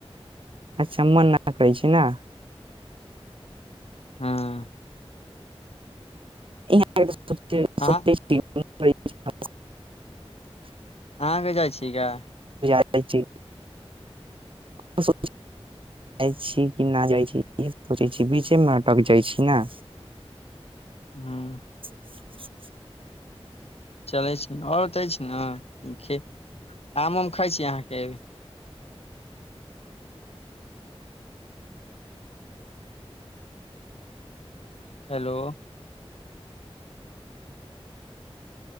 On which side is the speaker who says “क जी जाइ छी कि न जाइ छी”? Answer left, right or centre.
Right